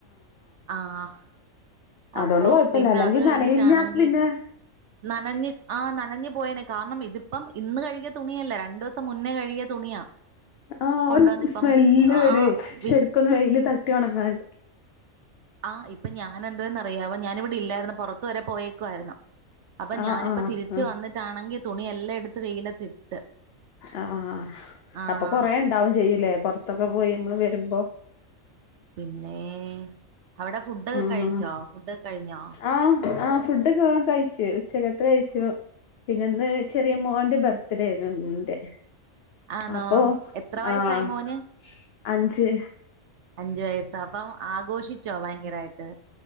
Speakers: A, on the right; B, on the left.
A: ആഹ്
B: അതുകൊണ്ട്
A: അപ്പൊ
B: കൊഴപ്പല്ല
A: പിന്നെ
B: അല്ലെങ്കി
A: അത് കഴിഞ്ഞിട്ടാണെങ്കി
B: നനഞ്ഞാ പിന്നെ
A: നനഞ്ഞ് ആഹ് നനഞ്ഞു പോയനെ കാരണം ഇതിപ്പം ഇന്ന് കഴി തുണിയല്ല രണ്ടു ദിവസം മുന്നേ കഴിയ തുണിയാ
B: ആഹ്
A: കൊണ്ടുവന്ന
B: ഒരു
A: ഇപ്പം
B: സ്മെല്ല്
A: ആഹ്
B: വരുവേ
A: വി
B: ശരിക്കൊന്ന് വെയില് തട്ടി ഉണങ്ങാൻ
A: ആഹ് ഇപ്പൊ ഞാനെന്തോ ചെയ്തെന്നറിയാവോ ഞാന് ഇവിടെ ഇല്ലായിരുന്നു പുറത്ത് വരെ പോയേക്കുവാരുന്നു അപ്പൊ
B: ആഹ്
A: ഞാനിപ്പൊ
B: ആഹ്
A: തിരിച്ച്
B: ആഹ്
A: വന്നിട്ടാണെങ്കി തുണി എല്ലാം എടുത്ത് വെയിലത്തിട്ട്
B: ആഹ് ആഹ്
A: ആഹ്
B: അപ്പൊ കൊറേ ഉണ്ടാവും ചെയ്യൂലേ പുറത്തൊക്കെ പോയി നമ്മള് വരുമ്പോ
A: പിന്നേ അവിടെ ഫുഡൊക്കെ
B: ആഹ്
A: കഴിച്ചോ ഫുഡൊക്കെ കഴിഞ്ഞോ
B: ആഹ് ആഹ് ഫുഡൊക്കെ കഴിച്ചു ഉച്ചക്കത്തെ കഴിച്ചു പിന്നെ ഇന്ന് ചെറിയ മോന്റെ ബർത്ത്ഡേ ആരുന്നു എന്റെ
A: ആണോ
B: അപ്പൊ
A: എത്ര വയസ്സായി
B: ആഹ്
A: മോന്
B: അഞ്ച്
A: അഞ്ചു വയസ്സോ അപ്പം ആഘോഷിച്ചോ ഭയങ്കരായിട്ട്